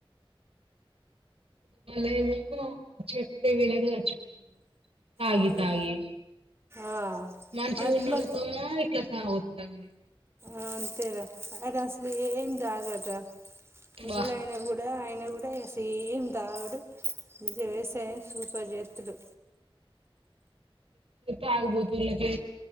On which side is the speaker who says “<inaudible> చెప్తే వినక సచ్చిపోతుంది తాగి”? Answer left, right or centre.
Right